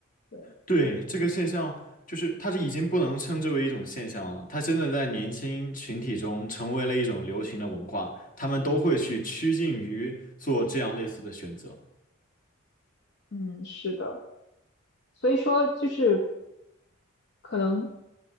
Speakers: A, on the left; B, on the left.
A: 对，
B: 对，这个现象就是它是已经不能称之为一种现象了，它真的在年轻群体中成为了一种流行的文化，他们都会去趋近于做这样类似的选择。
A: 嗯，是的。所以说，就是可能，